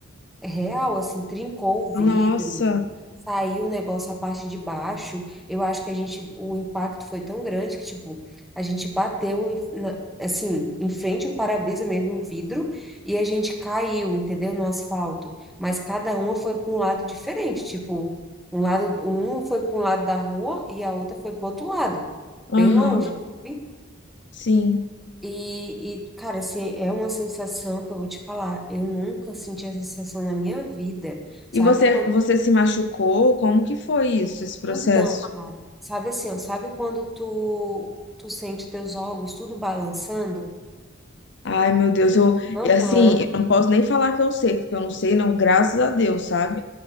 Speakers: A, in the centre; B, on the left.
A: É real, assim, trincou o vidro,
B: nossa,
A: saiu o negócio a parte de baixo. Eu acho que a gente, o impacto foi tão grande que, tipo, a gente bateu, em- na- assim, em frente ao para-brisa mesmo, o vidro, e a gente caiu, entendeu? No asfalto. Mas cada uma foi para um lado diferente, tipo, um lado, uma foi para um lado da rua e a outra foi para outro lado,
B: aham,
A: bem longe, sabe?
B: sim.
A: E, e, cara, assim, é uma sensação que eu vou te falar. Eu nunca senti essa sensação na minha vida. Sabe
B: E você,
A: quando.
B: você se machucou? Como que foi isso, esse processo?
A: Então, cara, sabe assim, ó, sabe quando tu, tu sente teus órgãos tudo balançando?
B: Ai, meu Deus, eu,
A: Aham.
B: e assim, eu não posso nem falar que eu sei, porque eu não sei, não, graças a Deus, sabe?